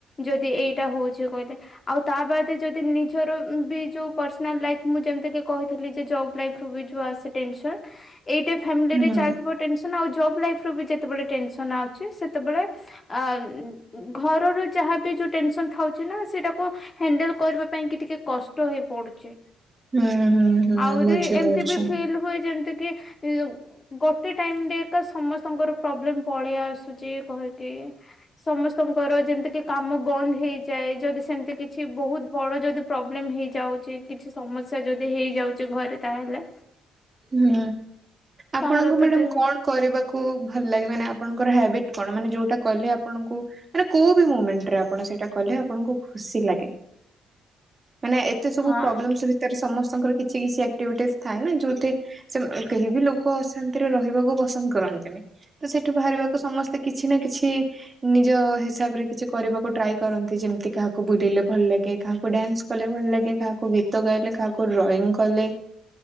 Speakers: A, on the left (about 30°); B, on the right (about 30°).
A: ଯଦି ଏଇଟା ହଉଛି କହିଲେ ଆଉ ତା ବାଦ ଯଦି ନିଜର ବି ଯୋଉ ପର୍ସନାଲ ଲାଇଫ ମୁଁ ଯେମିତିକ କହିଥିଲି ଯେ ଜବ୍ ଲାଇଫ ରୁ ବିୋଉ ଆସେସ ଏଇଟା ଫାମିଲି
B: ହୁଁ
A: ରେ ଚାଲିଥିବ ଜବ ଲାଇଫ ରୁ ବି ଯେତେବେଳ ଟେନସନ ଆସୁଛି ସେତେବେଳେ ଅ ଘରର ଯାହାବ ଯୋ ଟେନ୍ସନ୍ ଥାଉଛି ନା ସେଟାକୁ ହଣ୍ଡଲ କରିବା ପାଇଁ ଟିକ କଷ୍ଟ ହେଇ ପଡୁଛି
B: ହୁଁ ହୁଁ ହୁଁ
A: ଆହୁରି
B: ବୁଝିପାରୁଛି।
A: ଏମତି ବି ଫିଲ ହୁଏ ଯେମିତି କି <inaudible> ଗୋଟେ ଟାଇମ ରେ ଏକ ସମସ୍ତଙ୍କର ପ୍ରୋବ୍ଲେମ ପଳେଇ ଆସୁଛି କହିକି ସମସ୍ତଙ୍କର ଯେମିତି କି କାମ ବନ୍ଦ ହେଇଯାଏ ଯଦି ସେମିତି କିଛି ବହୁତ ବଡ ଯଦି ପ୍ରୋବ୍ଲେମ ହେଇଯାଉଛି କିଛି ସମସ୍ୟା ଯଦି ହେଇଯାଉଛି ଘରେ ତାହେଲେ
B: ହୁଁ ଆପଣଙ୍କୁ
A: କାହାର ତ
B: ମ୍ୟାଡାମ
A: ଦେହ
B: କଣ କରିବାକୁ ଭଲ ଲାଗେ ମାନେ ଆପଣର ହବିଟ କଣ ମାନ ଯୋଉ କଲେ ଆପଣଙ୍କୁ ମାନେ କୋଉ ବି ମୋମେଣ୍ଟ ରେ ଆପଣ ସେଇଟା କଲେ ଆପଣଙ୍କୁ ଖୁସି ଲାଗେ ମାନେ ଏତେ ସବୁ
A: ହଁ
B: ପ୍ରୋବ୍ଲେମ ଭିତରେ ସମସ୍ତଙ୍କର କିଛି କିଛି ଆକ୍ଟିଭିଟିସ୍ ଥାଏ ନା ଯେଉଁଠି ସେ କେହି ବି ଲୋକ ଅଶାନ୍ତିରେ ରହିବାକୁ ପସନ୍ଦ କରନ୍ତିନି ତ ସେଠୁ ବାହାରିବାକୁ ସମସ୍ତେ କିଛି ନା କିଛି ନିଜ ହିସାବରେ କିଛି କରିବାକୁ ଟ୍ରାଏ କରନ୍ତି ଯେମିତି କାହାକୁ ବୁଲିଲେ ଭଲ ଲାଗେ କାହାକୁ ଡ୍ୟାନ୍ସ କଲେ ଭଲ ଲାଗେ କାହାକୁ ଗୀତ ଗାଇଲେ କାହାକୁ ଡ୍ରଇଂ କଲେ